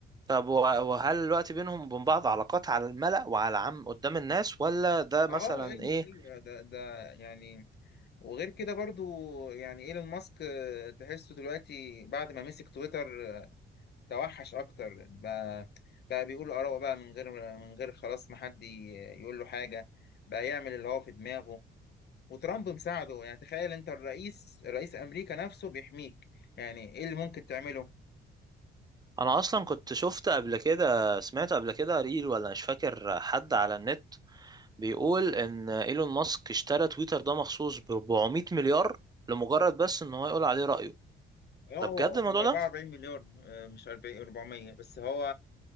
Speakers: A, on the right; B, on the left.
A: طب وه- وهل الوقت بينهم وبين بعض علاقات على الملأ وعلى عام قدام الناس ولا ده مثلا
B: اه ايوه
A: ايه
B: ايوه ده ده يعني وغير كده برضو يعني ايلون ماسك آه، تحسه دلوقتي بعد ما مسك تويتر آه، توحش اكتر بقى, بقى بيقول اراءه بقى من غير من غير خلاص ما حد ي- يقول له حاجه بقى يعمل اللي هو في دماغه وترامب مساعده يعني تخيل انت الرئيس رئيس امريكا نفسه بيحميك يعني ايه اللي ممكن تعمله
A: انا اصلا كنت شفت قبل كده سمعت قبل كده ريل ولا مش فاكر حد على النت بيقول ان ايلون ماسك اشترى تويتر ده مخصوص ب 400 مليار لمجرد بس ان هو يقول عليه رأيه
B: اه
A: ده بجد
B: هو
A: الموضوع
B: كان ب 44
A: ده
B: مليار آه، مش 40 400 بس هو